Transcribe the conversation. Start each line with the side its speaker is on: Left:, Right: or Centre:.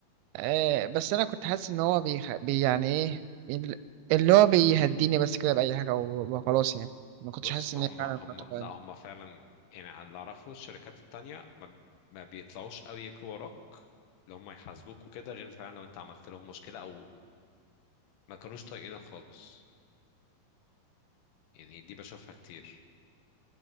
Right: آه، بس انا كنت حاسس ان هو بيخ... بي يعني ايه ال- اللي هو بيهديني بس كده باي حاجه و- وخلاص يعني ما كنتش
Left: بص
Right: حاسس ان
Left: هم
Right: هي فعلا
Left: هم
Right: نقطة
Left: لا هم فعلا يعني على اللي اعرفه الشركات التانية ما, ما بيطلعوش قوي يجروا وراك اللي هم يحاسبوك وكده غير فعلا لو انت عملت لهم مشكلة او ما كانوش طايقينك خالص يعني دي بشوفها كتير